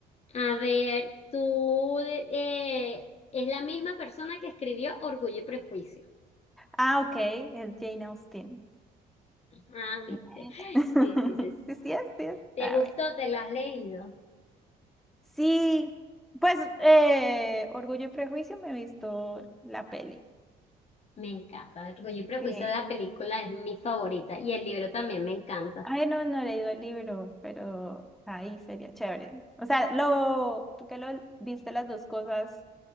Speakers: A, on the left (about 40°); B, in the centre.
A: A ver, tú eh, es la misma persona que escribió Orgullo y Prejuicio.
B: Ah, ok, es Jane Austen.
A: Ah, viste.
B: <laughs>
A: Sí, sí, sí. sí.
B: Sí, sí es, sí es.
A: ¿Te
B: Ah,
A: gustó?
B: bueno.
A: ¿Te lo has leído?
B: Sí, pues eh, Orgullo y Prejuicio me he visto la peli.
A: Me encanta. Orgullo y Prejuicio,
B: Sí.
A: la película es mi favorita y el libro también me encanta.
B: Ay, no, no he leído el libro, pero ahí sería chévere. O sea, lo, tú que lo viste las dos cosas,